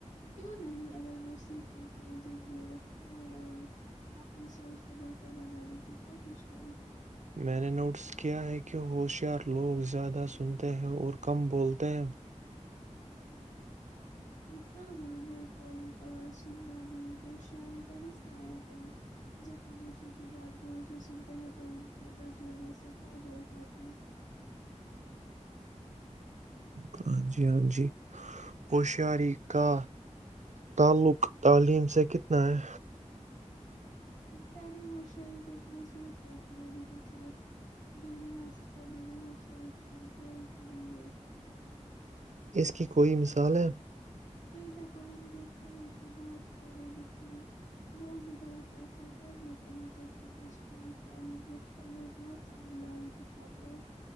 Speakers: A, on the left; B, on the right.
A: کیوں نہیں اگر وہ سیکھنے کے جذب میں رکھتے ہیں اور اپنی سوچ کو بہتر بنانے کی کوشش کرے
B: میں نے نوٹس کیا ہے کہ ہوشیار لوگ زیادہ سنتے ہیں اور کم بولتے ہیں
A: ہاں ہاں بالکل اور سننا بھی ہوشیاری کا حصہ ہے جب ہم دوسروں کی بات غور سے سنتے ہیں تو ان کے تجربے سے فائدہ اٹھاتے ہیں
B: ہاں جی ہاں جی ہوشیاری کا تعلق تعلیم سے کتنا ہے
A: تعلیم ہو شاری کو مضبوط کرتی ہے لیکن صرف ڈگری حاصل کر لینا ہو شہری کی گارنٹی نہیں ہے
B: اس کی کوئی مثال ہے
A: کئی دفعہ ہم دیکھتے ہیں کہ بہت پڑھے لکھے لوگ بھی غلط فیصلے کر لیتے ہیں جبک کچھ کام تعلیم یافتہ لوگ بہت سمجھداری دکھاتے ہیں